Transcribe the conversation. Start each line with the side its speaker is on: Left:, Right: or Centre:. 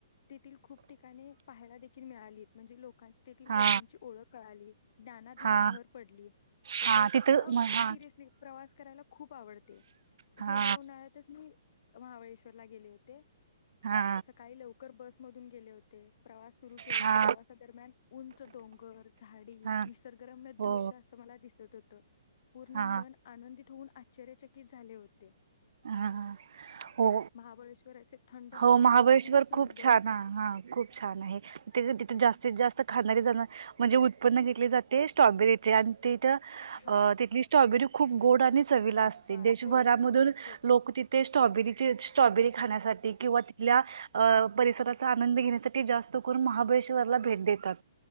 Left: तेथील खूप ठिकाणी पाहायला देखील मिळाली म्हणजे लोक तेथील
Right: हा
Left: लोकांची ओळख कळाली. ज्ञानात मला
Right: हा
Left: भर पडली तसेच
Right: हा तिथं
Left: मला
Right: म हा
Left: सिरियसली प्रवास करायला खूप आवडते
Right: हा
Left: गेल्या उन्हाळ्यातच मी महाबळेश्वरला गेले होते. ते
Right: हा
Left: सकाळी लवकर बस मधून गेले होते प्रवास सुरू केला
Right: हा
Left: प्रवासादरम्यान उंच डोंगर झाडी
Right: हा
Left: निसर्गरम्य
Right: हो
Left: दृश्य असं मला दिसत होत तर पूर्ण
Right: हा
Left: मन आनंदित होऊन अस आश्चर्यचकित झाले होते
Right: हा हो
Left: महाबळेश्वराचे थंड हवामान
Right: हो महाबळेश्वर
Left: सुंदर
Right: खूप छान हा खूप छान आहे तिथे
Left: अच्छा
Right: जास्तीत जास्त खाणारी जण म्हणजे उत्पन्नेतले जाते स्ट्रॉबेरीचे आणि ते
Left: हा
Right: तली स्ट्रॉबेरी खूप गोड चवीला असते
Left: आस्वाद
Right: देशभरामधून
Left: हो.
Right: लोकती
Left: खूप
Right: ते स्ट्रॉबेरीचे स्ट्रॉबेरी खाण्यासाठी किंवा तिथल्या अ परिसराचा आनंद घेण्यासाठी जास्त करून महाबळेश्वरला भेट देतात